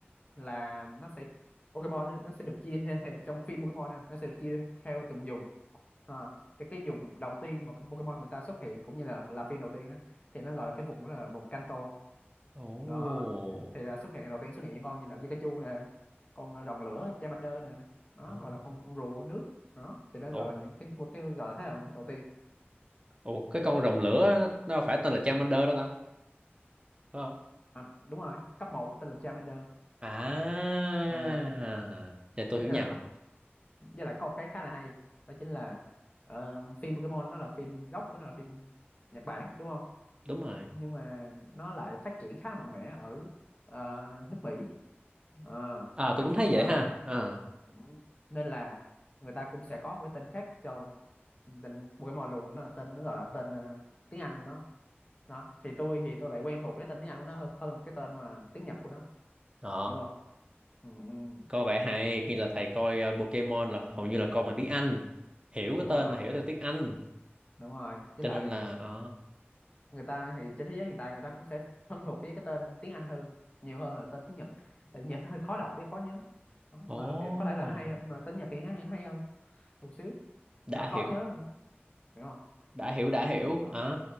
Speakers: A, on the left; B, on the right.
A: là nó sẽ Pokemon nó nó sẽ được chia ra theo, trong phim Pokemon nha, nó sẽ được chia theo từng vùng Ờ, cái cái vùng đầu tiên mà cái Pokemon người ta xuất hiện cũng như là là phim đầu tiên á thì nó gọi là cái vùng đó là vùng Kanto
B: Ồ.
A: nó thì là xuất hiện đầu tiên xuất hiện những con như là Pikachu nè con rồng lửa Charmander nè đó
B: Ồ.
A: hoặc là con, con rùa nước đó thì nó
B: Ủa,
A: gọi là những cái cái gọi là thế hệ đầu tiên
B: Ủa, cái con rồng lửa nó, nó phải tên là Charmander đó ta, phải không?
A: à, đúng rồi cấp một có tên là Charmander
B: À,
A: à
B: thì tôi
A: với
B: hiểu nhầm,
A: là có với lại có một cái khá là hay đó chính là ờ, phim Pokemon nó là phim gốc của nó là phim Nhật Bản đúng không
B: đúng rồi.
A: nhưng mà nó lại phát triển khá mạnh mẽ ở ờ, nước Mỹ Ờ,
B: À
A: ở Mỹ
B: tôi cũng thấy
A: hoặc
B: vậy
A: là
B: ha. À.
A: cũng- nên là người ta cũng sẽ có một cái tên khác cho tên Pokemon luôn nó là tên nó gọi là tên ờ, tiếng Anh của nó đó thì tôi thì tôi lại quen thuộc cái tên tiếng Anh của nó hơn hơn cái tên mà tiếng Nhật của nó
B: Ồ,
A: hiểu không ừ, ừ,
B: coi vậy hay, như là thầy coi ờ, Pokemon là hầu như là coi bằng tiếng Anh. Hiểu cái
A: đúng
B: tên
A: rồi
B: là hiểu theo tiếng Anh,
A: đúng rồi với
B: cho
A: lại
B: nên là à.
A: người ta thì trên thế giới hiện tại người ta cũng sẽ thân thuộc với cái tên tiếng Anh hơn nhiều hơn là tên tiếng Nhật tại Nhật nó hơi khó đọc với khó nhớ đó,
B: Ồ,
A: mà nó có thể là nó hay hơn, mà tên Nhật thì nó, nó hay hơn một xíu
B: đã
A: mà khó
B: hiểu,
A: nhớ hơn hiểu không
B: đã hiểu, đã hiểu.
A: đó.
B: À,